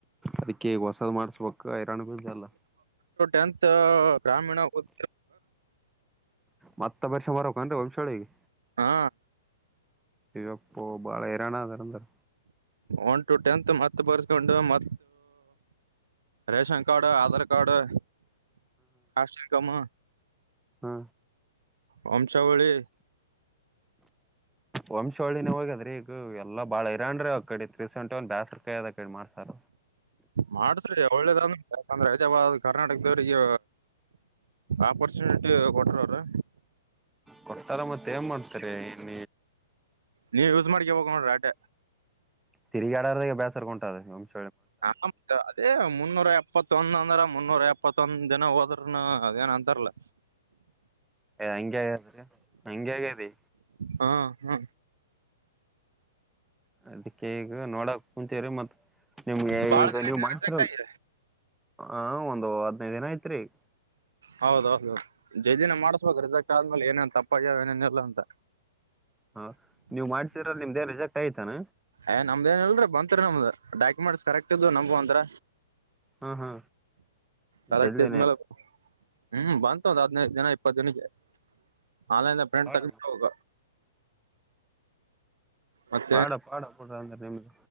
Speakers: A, in the centre; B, on the right.
A: ಅದಕ್ಕೆ ಹೊಸದ್ ಮಾಡ್ಸಬೇಕು <inaudible>
B: ಎಂತು ರಾಮಾಯಣ ಓದಿದೆ
A: ಮತ್ತ ಒಂದು ವರ್ಷ ಬಾರ್ಬೇಕಿನಿ ವಂಶಳಿಗೆ
B: ಹಾ
A: ಇವಪ್ಪ ಬಾಳೆರನ ಅರ ಅಂದ್ರೆ
B: ಒನ್ ಟು ಟೆಂತ್ ಮತ್ತ ಬರ್ಸ್ಕೊಂಡು ಮ ರೇಷನ್ ಕಾರ್ಡು ಆಧಾರ್ ಕಾರ್ಡು ಕಸ್ ಇಕಮ
A: ಹಾ
B: ವಂಶವಳ್ಳಿ
A: ವಂಶೋಳಿನ ಹೋಗದೀ ಈಗ ಎಲ್ಲ ಬಾಳ ಇರಾನ್ ಆ ಕಡೆ ತ್ರೀ ಸೆವೆಟ ಒನ್ ಬೇಸ್ಕಾಯಿ ಅದ ಕಡೆ ಮಾಡ್ತಾರ
B: ಮಾಡ್ಸರಿ ಒಳ್ಳೇದಂದ ಯಾಕಂದ್ರೆ ಕರ್ನಾಟಕದವ್ರಿಗೆ ಆಪರ್ಚುನಿಟಿ ಕೊಟ್ರವರು
A: ಕೊಟ್ಟಾರ ಮತ್ತೆ ಏನ್ ಮಾಡ್ತಾರೆ ಇನ್
B: ನೀವ ಯೂಸ್ ಮಾಡ್ಕ ಹೋಗ ನೋಡ್ರಿ ಆಟೆ
A: ತಿಗಾಡದಾಗ ಬೇಸರ್ಗಂಟದೆ
B: ಹ ಅದೇ ಮುನ್ನೂರ ಇಪ್ಪತ್ತೊಂದ ಅಂದ್ರ ಮುನ್ನೂರ ಎಪ್ಪತ್ತೊಂದ ಜನ ಹೋದ್ರನು ಅದೇಏನ ಅಂತಾರಲ
A: ಹಂಗಗೆಗಿ ಹಂಗಗೆಗ್ಯಾದಿ
B: ಹಾ ಹ್ಮ
A: ಅದಕ್ಕೆ ಈಗ ನೋಡಕ್ ಕುೂಂಚೆರಿ ಮತ್ ನಿಮ್ಗೆ
B: ಬಾಳ
A: ಈಗ
B: ದಿನ
A: ನೀವು
B: ಆಯ್ತ್
A: ಮಾಡ್ತಿರಲ್
B: ರಿಜೆಕ್ಟ್ ಆಗಿ
A: ಆ ಒಂದು ಹದ್ನೈದು ದಿನ ಐತ್ರಿ <unintelligible>
B: ಹೌದೌದು ಜೈದಿನ ಮಾಡ್ಸ್ಬೇಕು ರಿಸಲ್ಟ್ ಆದ್ಮೇಲೆ ಏನೇನ್ ತಪ್ಪ ಅಯ್ಯ ಏನೇನ ಇಲ್ಲ ಅಂತ
A: ಹ ನೀವ್ ಮಾಡ್ಸಿದ್ರಲ್ಲಿ ನಿಮ್ದೇನ್ ರಿಜೆಕ್ಟ್ ಆಯ್ತಾನ
B: ಏ್ ನಮ್ದ ಏನಲ್ರರಿ ಬಂತರಿ ನಮ್ದ ಡಾಕ್ಯುಮೆಂಟ್ಸ್ ಕರೆಕ್ಟ್ ಇದು ನಮಗು ಒಂರ
A: ಹ್ಮ ಹಾ
B: ಕರೆಕ್ಟ್
A: ಜಲ್ದನ
B: ಇದ್ಮೇಲೆ ಹ್ಮ್ ಬಂತು ಒಂದ್ ಹದ್ನೈದು ದಿನ ಇಪ್ಪತ್ತು ದಿನಕ್ಕೆ ಆನ್ಲೈನ್ ಪ್ರಿಂಟ್
A: ಪಾಡ
B: ತಗೊಂಡ ಹೋಗ ಮತ್ತೆ
A: ಪಾಡ ಪಾಡ ಪಡ ಅಂದ್ರೆ ನಿಮ್ದ